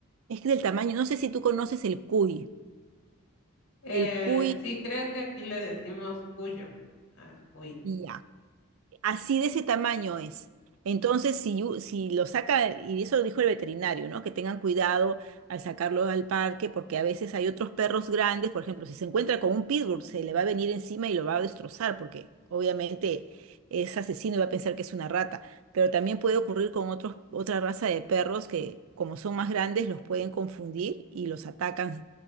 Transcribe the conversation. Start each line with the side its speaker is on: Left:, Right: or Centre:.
Right: y es que del tamaño, no sé si tú conoces el cuy,
Left: Eh,
Right: el cuy,
Left: sí, creo que aquí le decimos cuyo al cuy.
Right: ya. Así de ese tamaño es. Entonces, si, u- si lo saca, y eso lo dijo el veterinario, ¿no? Que tengan cuidado al sacarlo al parque, porque a veces hay otros perros grandes, por ejemplo, si se encuentra con un pitbull, se le va a venir encima y lo va a destrozar, porque obviamente es asesino y va a pensar que es una rata. Pero también puede ocurrir con otros, otra raza de perros que, como son más grandes, los pueden confundir y los atacan,